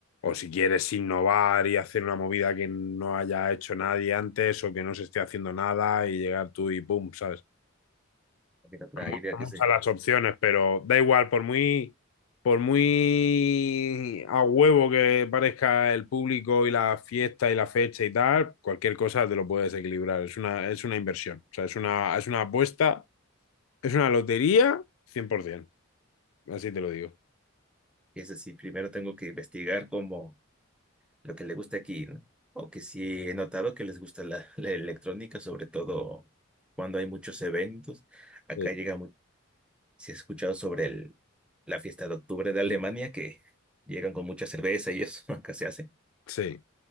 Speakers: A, on the left (about 80°); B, in the centre.
A: o si quieres innovar y hacer una movida que no haya hecho nadie antes o que no se esté haciendo nada y llegar tú y pum, ¿sabes?
B: También otra
A: Son mu-
B: idea que
A: muchas
B: se,
A: las opciones, pero da igual, por muy por muy a huevo que parezca el público y la fiesta y la fecha y tal, cualquier cosa te lo puedes equilibrar, es una es una inversión, o sea, es una es una apuesta, es una lotería 100%, así te lo digo.
B: que es así, primero tengo que investigar cómo lo que le gusta aquí, ¿no? O que sí he notado que les gusta la, <laughs> la electrónica, sobre todo cuando hay muchos eventos. Acá
A: Sí,
B: llega, mu- si has escuchado sobre el, la fiesta de octubre de Alemania, que llegan con mucha cerveza y eso, <laughs> acá se hace.
A: sí.